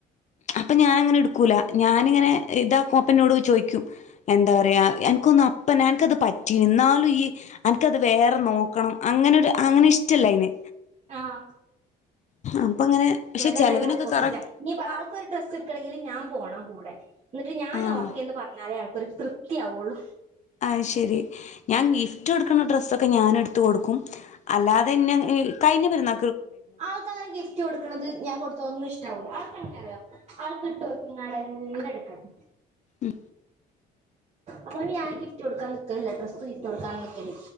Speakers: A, on the left; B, on the right.
A: അപ്പൊ ഞാൻ അങ്ങനെ ഇട്ക്കൂല ഞാനിങ്ങനെ ഇതാക്കൂ അപ്പ ഇന്നോട് ചോയിക്കും എന്താ പറയാ എനിക്കൊന്ന് അപ്പന്നെ അനക്കത് പറ്റി എന്നാലും ഈ അനക്കത് വേറെ നോക്കണം അങ്ങനൊരു അങ്ങനെ ഇഷ്ടല്ല അയ്ന്
B: ആഹ്
A: അപ്പങ്ങനെ പക്ഷെ
B: ഇവിടെ
A: ചെലവിനൊ
B: നേരെ ഓപ്പോസിറ്റാ
A: കറക്
B: ഇനി പ്പോ ആൾക്കൊരു ഡ്രസ്സ് ഇട്ക്കണങ്കില് ഞാൻ പോണം കൂടെ എന്നിട്ട് ഞാൻ
A: ആഹ്
B: ഓക്കെന്ന് പറ എന്നാലേ ആൾക്കൊരു തൃപ്തിയാവയുള്ളു
A: ആത്ശരി ഞാൻ ഗിഫ്റ്റ് കൊടുക്കണ ഡ്രസ്സൊക്കെ ഞാൻ എടുത്ത് കൊടുക്കും അല്ലാതെന്നെ ങ് കഴിഞ്ഞ പെരുന്ന
B: അവൾക്കങ്ങനെ ഗിഫ്റ്റ് കൊടുക്ക്ണത് ഞാ കൊടുക്ക്ണ ഇഷ് ആക്ക എങ്ങനറിയോ ആൾക്ക് ഇട്ടോക്കിങ്ങാടെ എല്ലാം എട്ക്കണം
A: മ്
B: അതോണ്ട് ഞാന് ഗിഫ്റ്റ് കൊടുക്കാൻ നിക്കലില്ല ഡ്രസ്സ് ഗിഫ്റ്റ് കൊടുക്കാൻ നക്കലില്ല